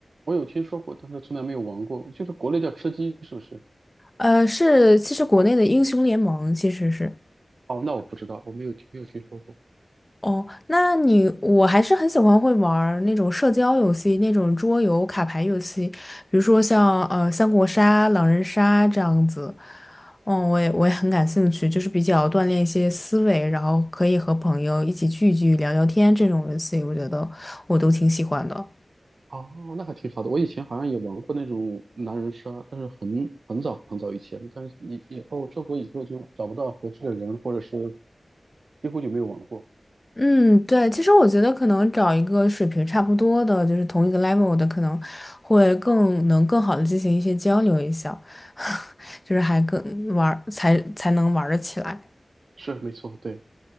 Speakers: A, on the right (about 85°); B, on the left (about 20°).
A: 我有听说过，但是从来没有玩过。就是国内叫吃鸡，是不是？
B: 呃，是，其实国内的英雄联盟其实是。
A: 哦，那我不知道，我没有听没有听说过。
B: 哦，那你我还是很喜欢会玩儿那种社交游戏，那种桌游、卡牌游戏，比如说像呃三国杀、狼人杀这样子。嗯，我也我也很感兴趣，就是比较锻炼一些思维，然后可以和朋友一起聚一聚、聊聊天这种游戏，我觉得我都挺喜欢的。
A: 哦，那还挺好的。我以前好像也玩过那种狼人杀，但是很很早很早以前，但是以以后出国以后就找不到合适的人，或者是几乎就没有玩过。
B: 嗯，对，其实我觉得可能找一个水平差不多的，就是同一个 level 的，可能会更能更好的进行一些交流一下，<laughs> 就是还更玩儿才才能玩儿得起来。
A: 是，没错，对，